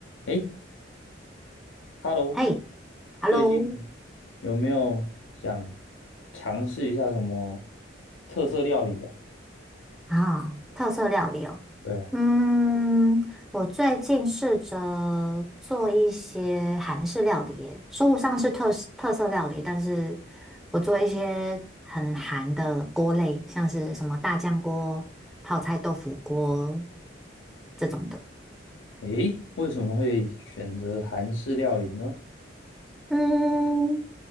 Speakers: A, on the left; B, in the centre.
A: 诶 h e l l o
B: 嘿，Hello，
A: 最近有没有想尝试一下什么特色料理啊？
B: 啊，特色料理哦。
A: 对啊，
B: 嗯，我最近试着做一些韩式料理耶，说不上是特特色料理，但是我做一些很韩的锅类，像是什么大酱锅、泡菜豆腐锅这种的。
A: 诶，为什么会选择韩式料理呢？
B: 嗯，